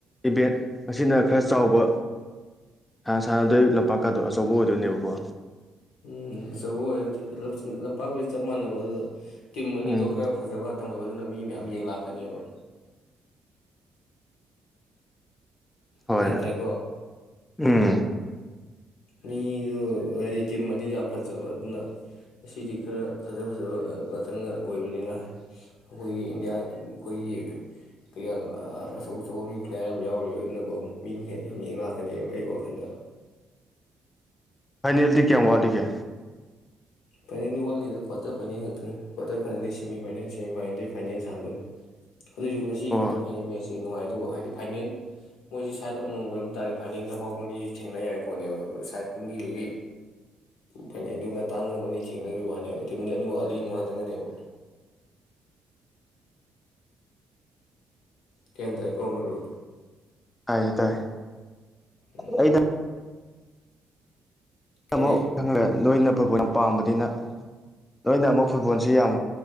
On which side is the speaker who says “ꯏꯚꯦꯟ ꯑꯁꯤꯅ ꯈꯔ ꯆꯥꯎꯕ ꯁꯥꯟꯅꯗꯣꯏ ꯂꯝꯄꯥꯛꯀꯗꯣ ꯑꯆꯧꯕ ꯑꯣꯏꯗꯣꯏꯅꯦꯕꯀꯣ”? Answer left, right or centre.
Left